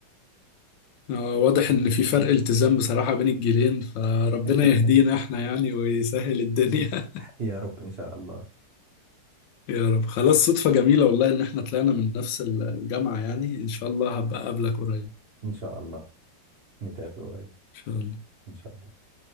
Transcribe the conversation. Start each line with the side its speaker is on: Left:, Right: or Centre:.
Left: آه، واضح إن في فرق التزام بصراحة بين الجيلين فربنا
Right: <laughs>
Left: يهدينا إحنا يعني ويسهل الدنيا
Right: يا رب ان شاء الله
Left: يا رب خلاص صدفة جميلة والله إن إحنا طلعنا من نفس الجامعة يعني إن شاء الله هبقى أقابلك قريب إن
Right: ان شاء الله نتقابل قريب
Left: شاء الله
Right: ان شاء الله